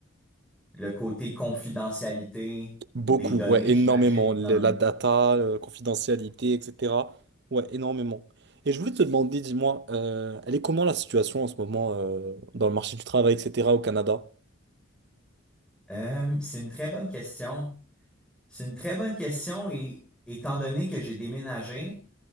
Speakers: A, in the centre; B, on the right.
A: le côté confidentialité
B: Beaucoup,
A: des données,
B: ouais, énormément.
A: j'imagine, est
B: Le-
A: un.
B: La data, euh, confidentialité, etc. Ouais, énormément. Et je voulais te demander, dis-moi, euh, elle est comment la situation en ce moment euh, dans le marché du travail, etc., au Canada?
A: Euh, c'est une très bonne question. C'est une très bonne question et étant donné que j'ai déménagé,